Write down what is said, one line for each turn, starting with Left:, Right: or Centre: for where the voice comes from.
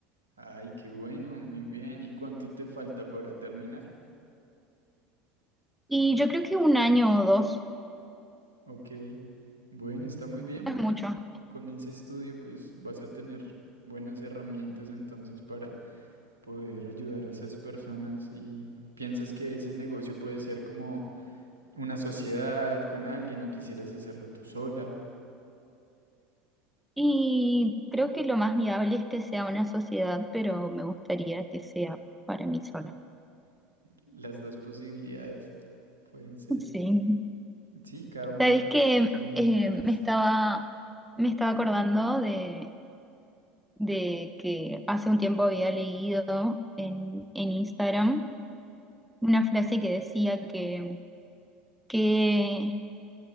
Right: Ay, qué bueno, muy bien. ¿Y cuánto te falta para terminar?
Centre: Y yo creo que un año o dos
Right: Ok, bueno, está muy bien
Centre: no
Right: porque
Centre: es mucho.
Right: con ese estudio pues vas a tener buenas herramientas entonces para poder ayudar a esas personas y piensas que ese negocio puede ser como una sociedad con alguien o quisieras hacerlo tú sola.
Centre: Y creo que lo más viable es que sea una sociedad, pero me gustaría que sea para mí sola.
Right: Las dos posibilidades pueden ser.
Centre: Sí.
Right: Sí, cada una
Centre: Sabes
Right: te-
Centre: que
Right: tiene
Centre: eh,
Right: ventajas.
Centre: me estaba, me estaba acordando de, de que hace un tiempo había leído en, en Instagram. una frase que decía que, que-